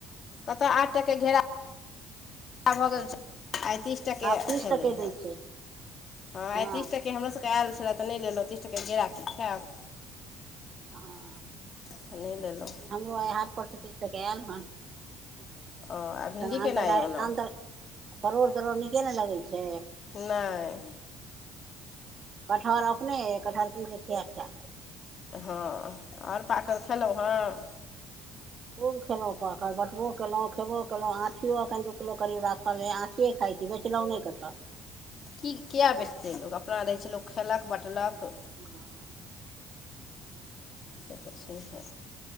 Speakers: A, on the left; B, on the right.
A: कतऽ आठ टाक घेरा भऽ गेल पैंतीस टके
B: आब तीस
A: छलै
B: टके
A: हे
B: दै
A: हँ
B: छै
A: पंस
B: हँ
A: ती टके हमरो सबके आयल छल तऽ नहि लेलहुँ तीस टके गेराकी खायब
B: हँ
A: त नहि लेलहुँ
B: लेकिन हमरो आ ह परसेटेजके आयल हँ एखन
A: ओ आ भिण्डी केना
B: अन
A: अइ ओना
B: अन्त परोड़ तरोड़ नीके ने लगै छै
A: नहि
B: कटहर अपने कटहर किनिके खिया खा
A: हँ आर पाकल खेलहुँ हेँ
B: खूब खेलँ पकल बटबो केलहुँ खेबो केलहुँ आँठियो एखन दू किलो करीब राखले आँठी के खाइ छै बेचना नहि करब
A: की किए बेचतै लोक अपना रहै छै लोक खयेलक बँटलक
B: ह
A: से तऽ छैहे